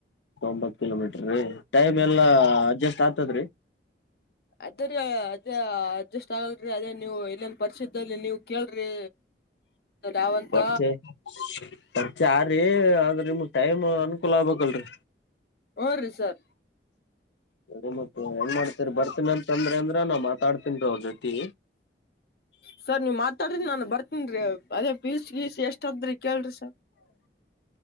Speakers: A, on the left; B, on the left.
A: ತೊಂಬತ್ತುಕಿಲೋಮೀಟರ್ ರೀ ಟೈಮ್ ಎಲ್ಲ ಅಡ್ಜಸ್ಟ್ ಆ ಹದ್ರಿ
B: ಅದರ ಅದ ಅಡ್ಜಸ್ಟ್ ಆಗಲ್ರಿ ಅದೇ ನೀವು ಇಲ್ಲಿನ್ ಪರಿಚಿತಲ್ಲಿ ನೀವು ಕೇಳ್ರಿ ಯಾವಂತ
A: ಪರಿಚೆ ಪರಿಚೆಯಾರಿ ನಿಮ ಟೈಮ್ ಅನುಕೂಲ ಆಗಬೇಕಲ್ರಿ
B: ಊ ರೀ ಸರ್
A: ಅ ಮತ್ತೆ ಹೆಂಗ್ ಮಾಡ್ತರಿ ಬರ್ತೀನಿ ಅಂತ ಅಂದ್ರೆ ಅಂದ್ರೆ ನಾ ಮಾತಾಡ್ತನ ರ ಅವರ ಜತಿ.
B: ಸರ್ ನೀವ್ ಮಾತಾಡ್ರಿ ನಾನನ್ ಬರ್ತೀನ್ ಅದೇ ಪೀಸ್ ಗೀಸ್ ಎಷ್ಟದ್ರಿ ಕೇಳ್ರಿ ಸರ್.